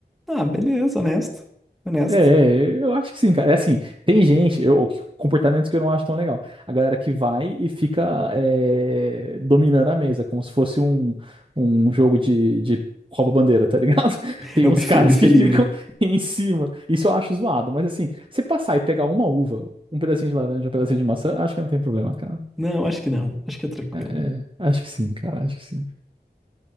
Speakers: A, in the centre; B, on the right.
A: Ah, beleza, honesto. Honesto.
B: É, é, eu acho que sim, cara. É assim, tem gente, eu, comportamentos que eu não acho tão legal. A galera que vai e fica é, dominando a mesa, como se fosse um, um jogo de, de rouba-bandeira, tá ligado? <laughs> Tem
A: É o buffet,
B: uns caras
A: buffet
B: que
A: livre.
B: ficam em cima. Isso eu acho zoado, mas assim, se passar e pegar uma uva, um pedacinho de laranja, um pedacinho de maçã, acho que não tem problema, cara.
A: Não, acho que não. Acho que é tranquilo.
B: É, é, acho que sim, cara, acho que sim.